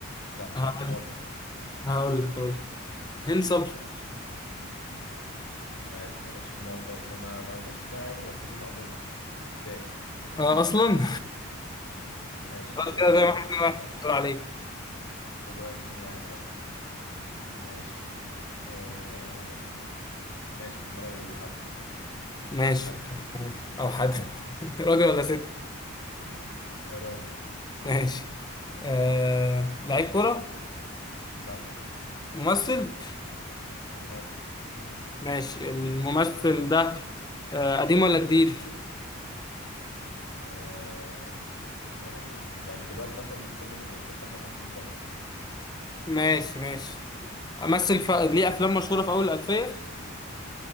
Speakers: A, on the left; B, on the left.
A: لا مش
B: هقول
A: عارف خالص
B: هقول لك هقول لك هند صبري
A: مش عارف ما جاتش في دماغي خالص انا ما ما جاتش في دماغي اي ممثلين عموما ستات
B: اه اصلا
A: ماشي
B: خلاص
A: كده
B: كده زي ما احنا
A: كده
B: واحد دور عليك
A: ستيل واحد اتنين واحد اه ماشي آه... ماشي في دماغي حد
B: ماشي
A: او حدة
B: آه، او حد <laughs> راجل ولا ست
A: <laughs> راجل
B: ماشي آه... لعيب كرة
A: لا
B: ممثل
A: ممثل
B: ماشي الممثل ده آه... قديم ولا جديد
A: آه... يعني يعني دلوقتي مثلا سنه ممكن يكون 55 سنة
B: ماشي ماشي امثل ف... ليه افلام مشهورة في اول الالفية